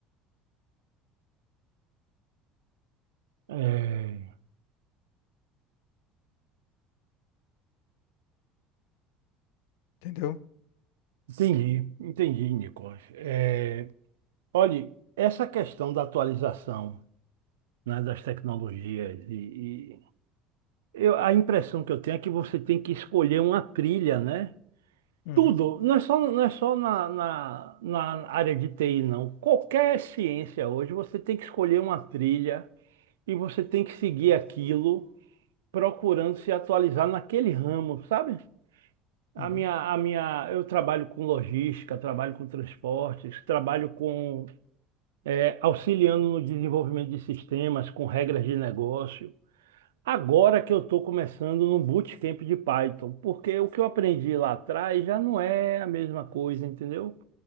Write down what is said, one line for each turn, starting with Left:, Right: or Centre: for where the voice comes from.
Right: É,
Left: entendeu?
Right: entendi, entendi, Nicolas. É, olhe, essa questão da atualização, né, das tecnologias e, Eu- a impressão que eu tenho é que você tem que escolher uma trilha, né?
Left: Uhum,
Right: Tudo, não é só, não é só na, na, na área de TI, não. Qualquer ciência hoje, você tem que escolher uma trilha e você tem que seguir aquilo, procurando se atualizar naquele ramo, sabe? A
Left: uhum,
Right: minha, a minha, eu trabalho com logística, trabalho com transportes, trabalho com, eh, auxiliando no desenvolvimento de sistemas, com regras de negócio. Agora que eu estou começando num bootcamp de Python, porque o que eu aprendi lá atrás já não é a mesma coisa, entendeu?